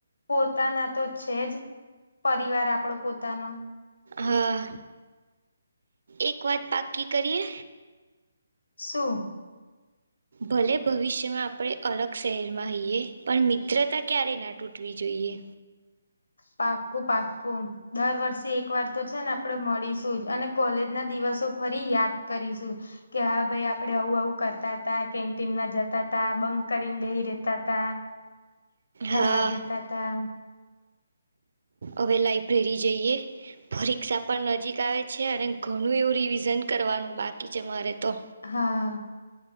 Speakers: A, on the left; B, on the right.
A: પોતાના તો છે જ પરિવાર આપડો પોતાનો.
B: હા, એક વાત પાકી કરીએ?
A: શું?
B: ભલે ભવિષ્યમાં આપણે અલગ શહેરમાં હઈયએ પણ મિત્રતા ક્યારે ના તૂટવી જોઈએ
A: પાક્કું પાક્કું દર વર્ષે એક વાર તો છે ને આપડે મળીશું જ અને કોલેજ ના દિવસો ફરી યાદ કરીશું. કે હા ભાઈ આપડે આવું આવું કરતા તા કેન્ટીન ના જતા તા બંક કરીન બેહી રેતા તા ફરવા
B: હા
A: જતા હતા.
B: હવે લાઇબ્રેરી જઈએ. પરીક્ષા પણ નજીક આવે છે અને ઘણું એવું રિવિઝન કરવાનું બાકી છે મારે તો.
A: હા